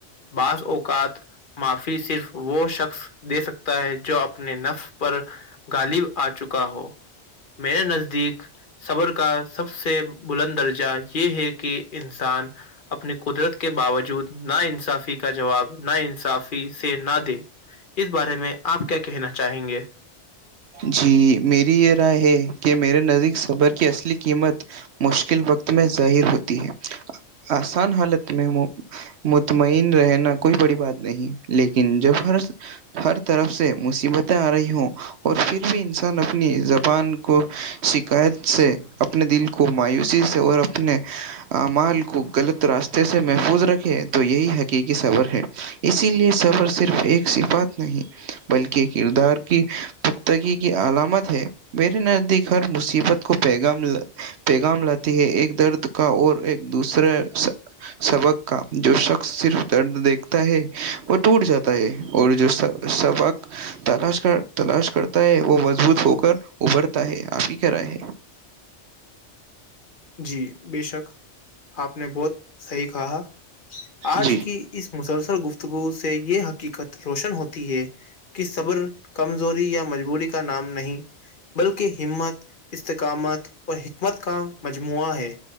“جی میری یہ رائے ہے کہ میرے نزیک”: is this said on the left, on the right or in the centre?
Right